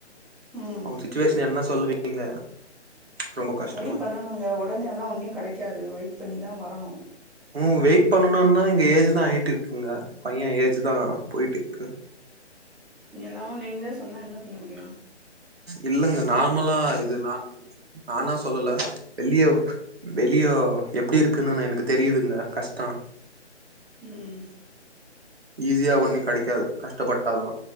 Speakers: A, in the centre; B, on the right.
A: ம்
B: அவெ சுச்சுவேஷன் என்ன சொல்லுவீங்க ரொம்ப கஷ்
A: ட்ரை பண்ணணுங்க ஒடனேல்லா ஒன்யு கெடைக்காது வெயிட் பண்ணி தா வரணு
B: ம் வெயிட் பண்ணனுனா இங்க ஏஜ் தா ஆகிட்ருக்குங்க பையே ஏஜ்ஜு தா போயிட்டிருக்கு
A: இங்க எல்லாமு நீங்களே சொன்னா என்ன பண்ண முடியு
B: இல்லங்க நார்மலா இது நா நானா சொல்லல வெளிய வெளியோ எப்டி இருக்குன்னு எனக்கு தெரியுதுங்க கஷ்டொ
A: ம்
B: ஈஸியா ஒண்ணு கெடைக்காது கஷ்டப்பட்டாதா